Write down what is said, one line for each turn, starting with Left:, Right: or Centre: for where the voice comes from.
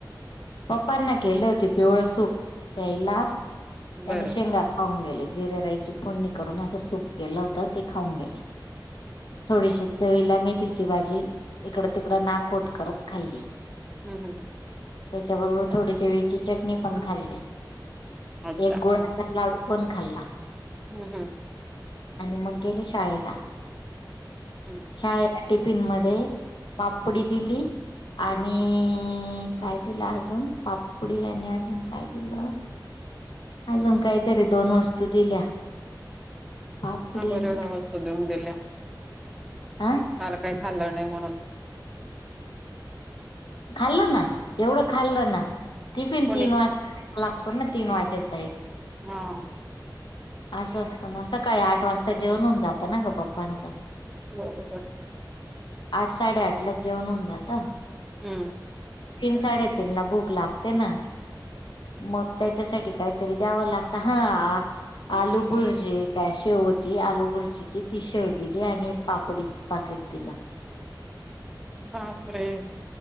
Left: पप्पांना केले होते पिवळ सूप प्यायला
Centre: बरं
Left: आणि शेंगा खाऊन गेले जिरे राईची फोडणी करून असं सूप केलं होतं ते खाऊन गेले थोडीशी चवीला मी तिची भाजी इकड तिकडं नाकोट करत खाल्ली
Centre: हं हं
Left: त्याच्याबरोबर थोडी तिळीची चटणी पण खाल्ली
Centre: अच्छा
Left: एक गुळाचा
Centre: हां
Left: लाडू पण खाल्ला
Centre: हं हं
Left: आणि मग गेले शाळेला
Centre: हं
Left: शाळेत टिफिन मध्ये पापडी दिली. आणि काय दिला अजून पा पुढ यांनी अजून काय दिलं? अजून काहीतरी दोन वस्तू दिल्या पापडी
Centre: हा बर
Left: आणि
Centre: <inaudible> वड असस्त उम <inaudible> देला
Left: आ
Centre: काल काही खाल्लं नाही म्हणून
Left: खाल्लं ना एवढं खाल्लं ना टिफिन
Centre: कोणी?
Left: तीन वाजता लागतो ना तीन वाजेचा एक
Centre: हा
Left: असं असतं ना सकाळी आठ वाजता जेवण होऊन जातं ना ग पप्पांचं
Centre: हो हो
Left: आठ साडेआठलाच जेवण होऊन जात
Centre: हं
Left: तीन साडेतीन ला भूक लागते ना मग त्याच्यासाठी काहीतरी द्यावं लागत हा आलू भुर्जी काय? शेव होती आलू भुर्जी ती शेव दिली आणि पापडीच पाकेट दिलं
Centre: बापरे